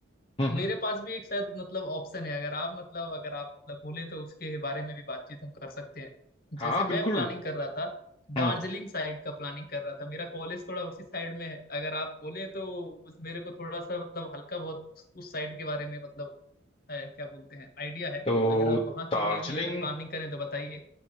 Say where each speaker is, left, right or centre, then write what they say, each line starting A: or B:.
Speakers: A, on the left (about 25°); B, on the left (about 45°).
A: हम्म हम्म।
B: मेरे पास भी एक शायद मतलब ऑप्शन है अगर आप मतलब अगर आप मतलब बोले तो उसके बारे में भी बातचीत हम कर सकते हैं
A: हाँ
B: जैसे
A: हाँ
B: मैं
A: बिल्कुल
B: प्लानिंग कर रहा था
A: हम्म
B: दार्जिलिंग साइड का प्लानिंग कर रहा था मेरा कॉलेज थोड़ा उसी साइड में है अगर आप बोले तो उस मेरे को थोड़ा सा मतलब हल्का बहुत उस साइड के बारे में मतलब है क्या बोलते हैं आइडिया है
A: तो
B: अगर आप वहां के
A: दार्जिलिंग
B: लिए भी अगर प्लानिंग करें तो बताइए